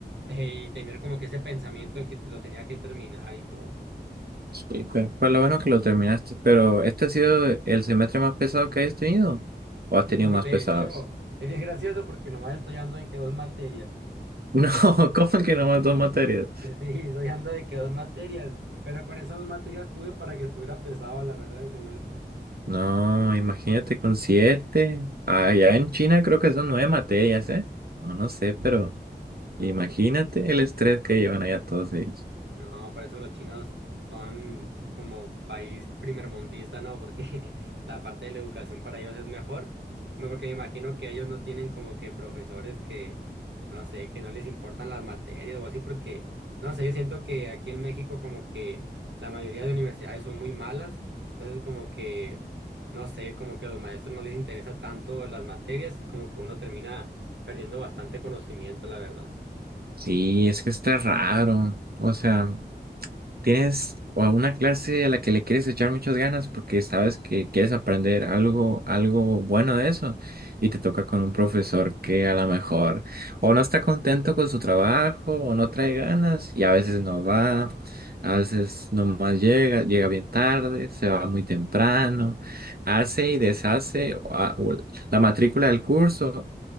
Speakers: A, on the right; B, on the right.
A: eh, y tener como que ese pensamiento de que lo tenía que terminar y todo. <laughs>
B: Sí, pero pues lo bueno que lo terminaste, pero ¿este ha sido el semestre más pesado que hayas tenido? ¿O has
A: Y
B: tenido
A: no,
B: más
A: de
B: pesados?
A: hecho,
B: <laughs>
A: es bien gracioso porque nomás estoy dando de que dos materias.
B: No, ¿cómo que nomás dos materias?
A: <laughs> Sí, estoy ando de que dos materias, pero con esas dos materias tuve para que estuviera pesado, la verdad, el semestre.
B: No, imagínate con siete. Allá en China creo que son nueve materias, ¿eh? No, no sé, pero
A: No,
B: imagínate
A: pues.
B: el estrés que llevan allá todos ellos.
A: No, por eso los chinos son como país primermundista, ¿no? Porque <laughs> la parte de la educación para ellos es mejor, no, porque me imagino que ellos no tienen como que profesores que, no sé, que no les importan las materias o así, porque, no sé, yo siento que aquí en México como que la mayoría de universidades son muy malas, entonces como que, no sé, como que a los maestros no les interesa tanto las materias, como que uno termina perdiendo bastante conocimiento, la verdad.
B: Sí, es que está raro. O sea. ¿Tienes o alguna clase a la que le quieres echar muchas ganas porque sabes que quieres aprender algo, algo bueno de eso? Y te toca con un profesor que a lo mejor o no está contento con su trabajo o no trae ganas y a veces no va, a veces nomás llega, llega bien tarde, se va muy temprano, hace y deshace o a- o la matrícula del curso